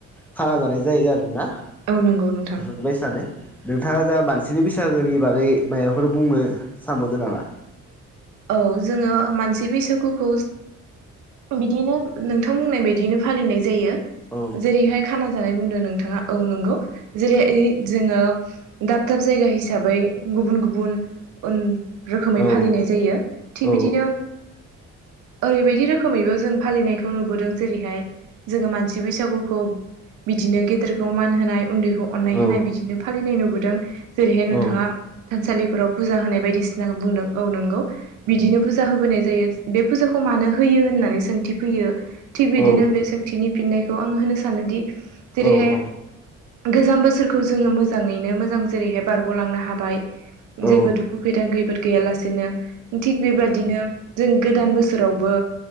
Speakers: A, in the centre; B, on the right.
A: खाना जानाय जायो आरोना
B: औ नंगौ नोंथां
A: बेफोरबायसानो नोंथाङा जा मानसिनि बैसागोनि बागै मायाफोर बुंनो सानबावदों नामा
B: औ जोङो मानसि बैसागुखौ बिदिनो नोंथां होननाय बायदिनो फालिनाय जायो
A: औ
B: जेरैहाय खाना जानाय बुंदों नोंथाङा औ नंगौ जेरैहाय जोङो दाब दाब जायगा हिसाबै गुबुन गुबुन उन रोखोमै
A: औ
B: फालिनाय जायो थिग
A: औ
B: बिदिनो ओरैबायदि रोखोमैबो जों फालिनायखौ नुबोदों जेरैहाय जोङो मानसि बैसागुखौ बिदिनो गेदेरखौ मान होनाय उन्दैखौ खौ अननाय
A: औ
B: होनाय बिदिनो फालिनाय नुबोदों जेरैहाय नोंथाङा
A: औ
B: थानसालिफोराव फुजा होनाय बायदिसिना बुंदों औ नंगौ बिदिनो फुजा होबोनाय जायो बे फुजाखौ मानो होयो होननानै सोंथि फैयो थिग बिदिनो
A: औ
B: बे सोंथिनि फिननायखौ आङो होनो सानोदि जेरैहाय
A: औ औ
B: गोजाम बोसोरखौ जोङो मोजाङैनो मोजां जेरैहाय बारग'लांनो हाबाय
A: औ
B: जेबो दुखु खैदां खैबोद गैयालासेनो थिग बेबादिनो जों गोदान बोसोरावबो